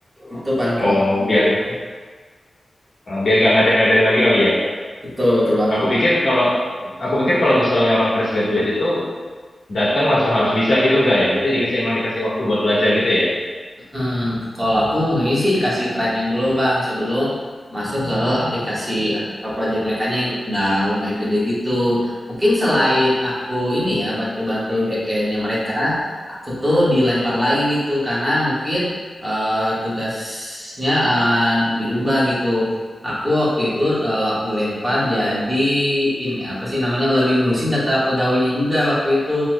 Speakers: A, on the right; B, on the left.
A: Itu paling
B: oh
A: kalau aku.
B: biar eh, biar gak ngajar-ngajarin lagi kali ya.
A: Betul, betul banget.
B: Aku pikir kalau aku pikir kalau misalnya orang fresh graduate itu datang langsung harus bisa gitu enggak ya? Berarti dikasih emang dikasih waktu buat belajar gitu ya?
A: Hmm, kalau aku untungnya sih dikasih training dulu bang sebelum masuk ke aplikasi eh, project mereka yang udah lumayan gede gitu. Mungkin selain aku ini ya bantu-bantu back endnya mereka, aku tuh dilempar lagi gitu karena mungkin eh, tugasnya eh, dirubah gitu. Aku waktu itu eh, la- dilempar jadi ini apa sih namanya lebih ngurusin data pegawainya juga waktu itu.